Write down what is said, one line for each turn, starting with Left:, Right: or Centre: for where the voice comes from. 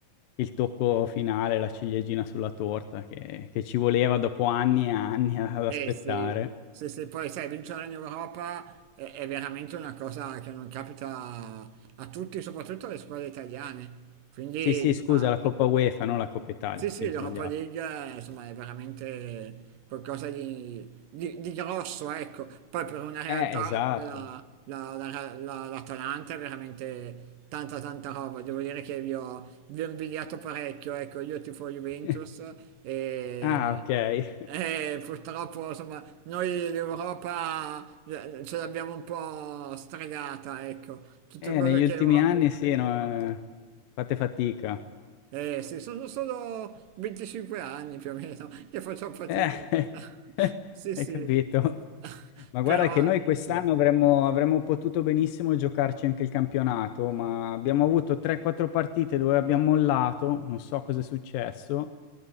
Left: il tocco finale, la ciliegina sulla torta che che ci voleva dopo anni e anni ad
Right: Eh
Left: aspettare.
Right: sì, sì, sì, poi sai, vincere in Europa è, è veramente una cosa che non capita a tutti, soprattutto alle squadre italiane. Quindi,
Left: Sì, sì,
Right: insomma,
Left: scusa, la Coppa UEFA, non la Coppa Italia,
Right: Sì, sì,
Left: sì, ho
Right: l'Europa
Left: sbagliato.
Right: League insomma è veramente qualcosa di, di- di grosso, ecco. Poi per una realtà
Left: Eh, esatto.
Right: come la, la- la- la- l'Atalanta è veramente tanta tanta roba. Devo dire che vi ho, vi ho invidiato parecchio, ecco, io tifo Juventus
Left: <laughs>
Right: e,
Left: Ah, okay.
Right: e purtroppo insomma noi l'Europa eh, ce l'abbiamo un po' stregata, ecco. Tutto
Left: Eh,
Right: quello
Left: negli
Right: che
Left: ultimi
Right: è Europa...
Left: anni sì, no, ehm, fate fatica.
Right: Eh sì, sono solo 25 anni più o meno che faccio fatica.
Left: Eh,
Right: <laughs>
Left: <laughs>
Right: Sì,
Left: hai
Right: sì,
Left: capito.
Right: <laughs>
Left: Ma
Right: però
Left: guarda che noi quest'anno
Right: sì.
Left: avremmo avremmo potuto benissimo giocarci anche il campionato, ma abbiamo avuto 3-4 partite dove abbiamo mollato, non so cosa è successo,